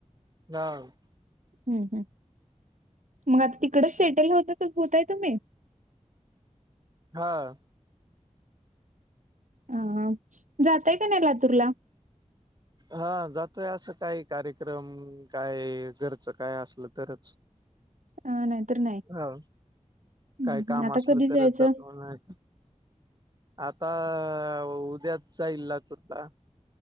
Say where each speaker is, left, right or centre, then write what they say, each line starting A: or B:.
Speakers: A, on the right; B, on the right.
A: <unintelligible>
B: हम् हम् मग आता तिकडच सेटल होतातच होताय तुम्ही.
A: हा.
B: हा जातय का नाई लातूरला?
A: हा जातोय असं काही कार्यक्रम काय घरचं काय असलं तरच.
B: नाहीतर नाही.
A: हा.
B: हम्म
A: काय काम
B: आता
A: असलं
B: कधी
A: तरच
B: जायचं
A: जातो नाय आता उद्याच जाईल ना सुद्धा